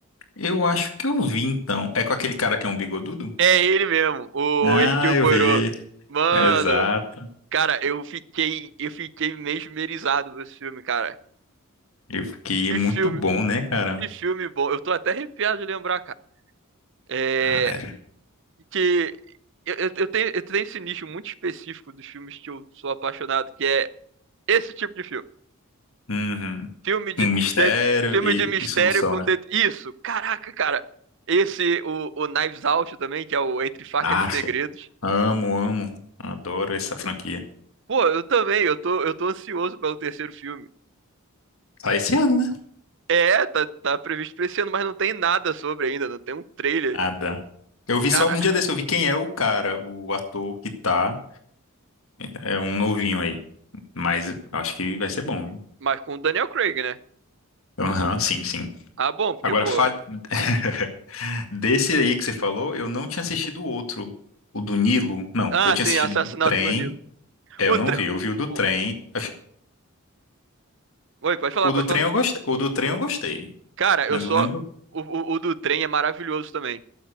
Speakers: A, on the left (about 65°); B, on the right (about 55°).
A: eu acho que eu vi então. É com aquele cara que é um bigodudo?
B: É ele mesmo, o
A: Ah,
B: Hercule
A: eu
B: Poirot.
A: vi.
B: Hum, Mano,
A: Exato.
B: cara, eu fiquei, eu fiquei mesmerizado com esse filme, cara.
A: Eu fiquei
B: Que
A: é muito
B: hum. filme,
A: bom, né, cara?
B: que filme bom. Eu tô até arrepiado de lembrar, cara. É,
A: Caralho.
B: que eu, eu- eu tenho, eu tenho esse nicho muito específico dos filmes que eu sou apaixonado, que é esse tipo de filme.
A: Uhum.
B: Filme de,
A: Um
B: de-
A: mistério
B: Sério? filme
A: e,
B: de mistério
A: e solução,
B: com
A: né?
B: det- isso. Caraca, cara. Esse o, o Knives Out também, que é o Entre Facas
A: Acha.
B: e Segredos.
A: Amo, amo. Adoro essa franquia.
B: Pô, eu também, eu tô, eu tô ansioso pelo terceiro filme.
A: Sai esse ano, né?
B: É, tá, tá previsto pra esse ano, mas não tem nada sobre ainda, não tem um trailer.
A: Nada. Eu
B: Mas
A: vi
B: Cara,
A: só um
B: qual
A: dia desse, eu vi quem é o cara, o ator que tá. É é um novinho aí. Mas acho que vai ser bom, viu?
B: mas com o Daniel Craig, né?
A: Aham, <laughs> sim, sim.
B: Ah, bom, porque,
A: Agora,
B: pô.
A: fa- <laughs> desse aí que você falou, eu não tinha assistido o outro. O do Nilo. Não,
B: Ah,
A: eu tinha
B: sim,
A: assistido
B: Assassinato
A: o do trem.
B: no Nilo.
A: É,
B: O,
A: eu
B: é
A: não
B: tra-
A: vi. Eu vi o do trem.
B: bom?
A: Ach-
B: Oi, pode falar,
A: O do
B: pode
A: trem
B: falar.
A: eu gostei. O do trem eu gostei.
B: Cara, eu
A: Mas
B: só.
A: eu lembro.
B: O, o, o do trem é maravilhoso também.